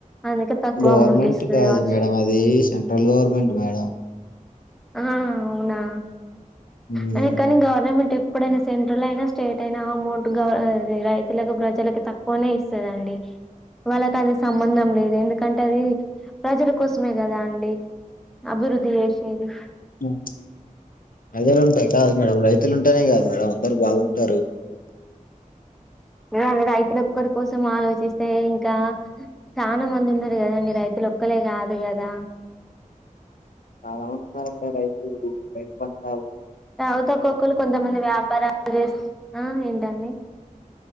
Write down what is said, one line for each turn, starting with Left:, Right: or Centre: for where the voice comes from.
Centre: అందుకే తక్కువ
Left: గవర్నమెంట్
Centre: అమౌంట్ ఇస్తది
Left: కాదు
Centre: కావచ్చు
Left: మేడం అది సెంట్రల్ గవర్నమెంట్ మేడం
Centre: ఆ అవునా
Left: ఉమ్
Centre: అని కానీ గవర్నమెంట్ ఎప్ ప్పుడైనా సెంట్రల్ అయినా స్టేట్ అయినా అమౌంట్ గవ్ అది రైతులకు ప్రజలకు తక్కువనే ఇస్తది అండి వాళ్ళకది అది సంబంధం లేదు ఎందుకంటే అది ప్రజల కోసమే కదా అండి అభివృద్ధి చేశేది
Left: ఉ ప్రజలు ఉంటె కాదు మేడం రైతులు ఉంటేనే కద మేడం అందరు బాగుంటారు
Centre: గాదె రైతులు ఒక్కరి కోసం ఆలోచిస్తే ఇంకా చానా మంది ఉన్నరు కదండి రైతులు ఒక్కలే కాదు కదా
Left: చాలా మంది ఉన్నారండి రైతు రైతు పంటలు
Centre: తవతక్కొక్కల్లు కొంతమంది వ్యాపారాలు చేసున్నా ఏంటండి